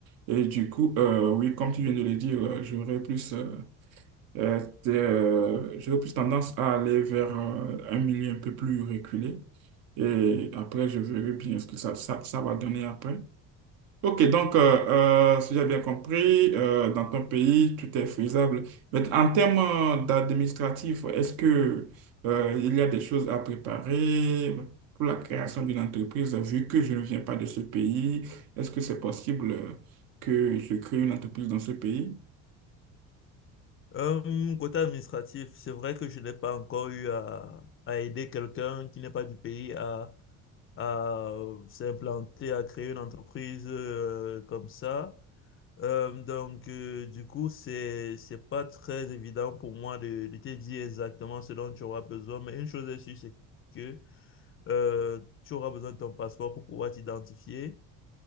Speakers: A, on the right (about 70°); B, on the left (about 35°).
A: Et du coup, euh, oui, comme tu viens de le dire, euh, j'aurais plus, euh, euh, t- euh, j'aurais plus tendance à aller vers euh, un milieu un peu plus reculé. Et après, je verrai bien ce que ça, ça, ça va donner après. Ok, donc, euh, euh, si j'ai bien compris, euh, dans ton pays, tout est faisable. Mais en termes euh, d'administratif, est-ce que, euh, il y a des choses à préparer pour la création d'une entreprise, vu que je ne viens pas de ce pays? Est-ce que c'est possible euh, que je crée une entreprise dans ce pays?
B: Euh, côté administratif, c'est vrai que je n'ai pas encore eu à, à aider quelqu'un qui n'est pas du pays à, à euh, s'implanter, à créer une entreprise euh, comme ça. Euh, donc, euh, du coup, c'est, c'est pas très évident pour moi de, de te dire exactement ce dont tu auras besoin, mais une chose est sûre, c'est que Euh, tu auras besoin de ton passeport pour pouvoir t'identifier.